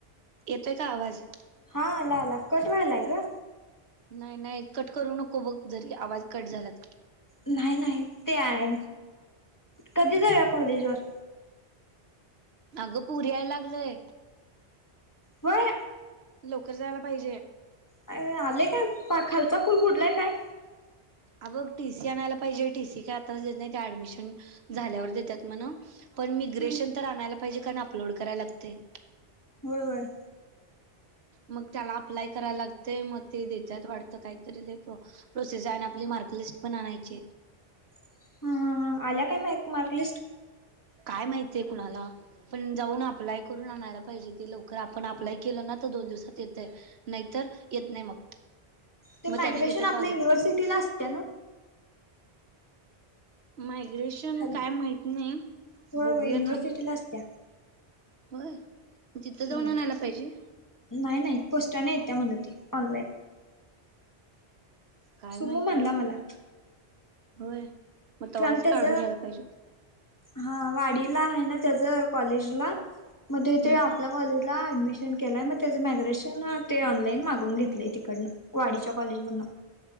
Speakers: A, on the right; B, on the left.
A: येतोय का आवाज?
B: हा आला, आला कट व्हायला ग.
A: नाही, नाही कट करू नको बघ जरी आवाज कट झाला तरी.
B: नाही, नाही ते आहे कधी जाऊया कॉलेजवर?
A: अगं पुरी यायला लागलय.
B: होय.
A: लवकर जायला पाहिजे.
B: अ आले काय पा खालचा फूल बुडलाय काय?
A: अ बघ टी सी आणायला पाहिजे टी सी का आताच देत नाही ऍडमिशन झाल्यावर देतात म्हण. पण मी ग्रेशन
B: हम्म
A: तर आणायला पाहिजे कारण अपलोड करायला लागते.
B: होय, होय.
A: मग त्याला अप्लाय करायला लागत मग ते देतात वाटत काहीतरी प्रोसेस ते मार्क लिस्ट पण आणायची ये.
B: ह, ह, ह आल्या काय माइक मार्क लिस्ट?
A: काय माहित आहे कुणाला. पण जाऊन अप्लाय करून आणायला पाहिजे ते लवकर आपण अप्लाय केलं ना तर दोन दिवसात येतय. नाहीतर येत नाही मग
B: ते
A: मग
B: मायग्रेशन
A: त्याने देतात
B: आपल्या युनिव्हर्सिटीला असते ना?
A: मायग्रेशन
B: हॅलो
A: काय माहत नाही
B: होय
A: बघूया
B: होय युनिव्हर्सिटीला
A: थांब
B: असत्या.
A: होय, तु तिथं जाऊन
B: होय
A: आणयला पाहिजे?
B: नाही, नाही पोस्टा नाही येत्या म्हण ते ऑनलाईन.
A: काय
B: सुमू
A: माहित
B: म्हणला
A: बाई,
B: मला
A: होय. मग तवाच
B: कारण त्याच
A: काढून घ्यायला पाहिजे
B: हा वाडीला आहे ना त्याच कॉलेजला मध्ये
A: हम्म
B: ते आपल्या कॉलेजला ऍडमिशन केलाय म त्याचं मायग्रेशन ते ऑनलाईन मागून घेतलंय तिकडन वाडीच्या कॉलेजमधन.